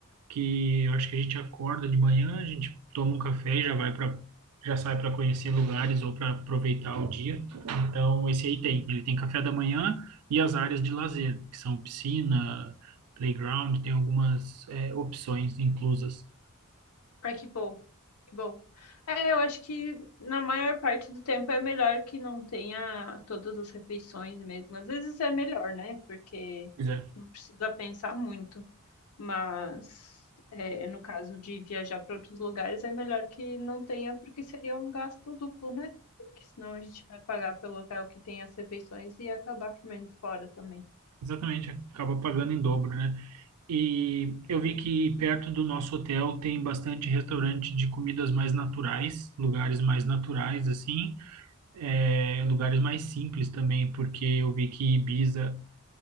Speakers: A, on the right (about 80°); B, on the left (about 75°).
A: que eu acho que a gente acorda de manhã, a gente toma um café e já vai para já sai para conhecer lugares ou para aproveitar o dia. Então, esse aí tem, ele tem café da manhã e as áreas de lazer, que são piscina, playground, tem algumas é, opções inclusas.
B: Ah, que bom, que bom. É, eu acho que na maior parte do tempo é melhor que não tenha todas as refeições mesmo. Às vezes é melhor, né? Porque
A: Pois é,
B: não precisa pensar muito. Mas é, no caso de viajar para outros lugares, é melhor que não tenha, porque seria um gasto duplo, né? Porque senão a gente vai pagar pelo hotel que tem as refeições e acabar comendo fora também.
A: exatamente, acaba pagando em dobro, né? E eu vi
B: Sim.
A: que perto do nosso hotel tem bastante restaurante de comidas mais naturais, lugares mais naturais assim, é, lugares mais simples também, porque eu vi que Ibiza